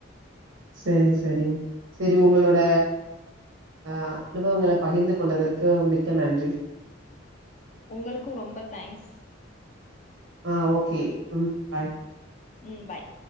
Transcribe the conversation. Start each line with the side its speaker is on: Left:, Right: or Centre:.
Right: சரி சரிங் சரி
Left: ம்.
Right: ஒங்களோட அ அனுபவங்கள பகிந்து கொண்டதற்கு மிக்க நன்றி
Left: ஒங்களுக்கு ரொம்ப தேங்க்ஸ்
Right: ஆ ஓகே பாய்
Left: ம். ம் பாய்